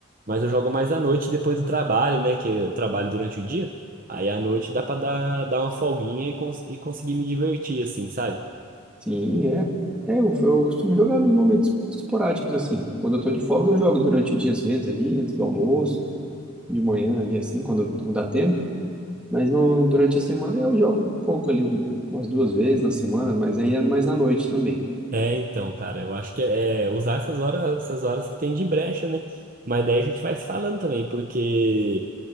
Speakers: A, on the right; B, in the centre.
A: mas eu jogo mais à noite depois do trabalho, né, que eu trabalho durante o dia, aí à noite dá pra dar, dar uma folguinha e, cons e conseguir me divertir, assim, sabe?
B: Sim, é. É, eu, eu costumo jogar nos momentos esporádicos, assim. Quando eu tô de folga, eu jogo durante o dia, às vezes, ali, antes do almoço, de manhã, ali, assim, quando dá tempo. Mas no, durante a semana eu jogo um pouco ali, um- umas duas vezes na semana, mas aí é mais à noite também.
A: É, então, cara, eu acho que é é usar essas horas, essas horas que tem de brecha, né? Mas daí a gente vai se falando também, porque